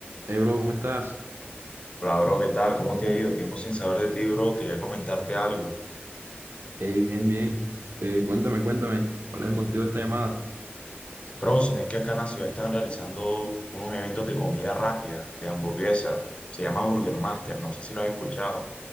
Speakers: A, on the right (about 65°); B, on the left (about 30°).
A: Hey, bro, ¿cómo estás?
B: Hola, bro, ¿qué tal? ¿Cómo te ha ido? Tiempo sin saber de ti, bro. Quería comentarte algo.
A: Hey, bien, bien. Eh, cuéntame, cuéntame, ¿cuál es el motivo de esta llamada?
B: Bro, si no es que acá en la ciudad están realizando unos eventos de comida rápida, de hamburguesa. Se llama Burger Master, no sé si lo has escuchado.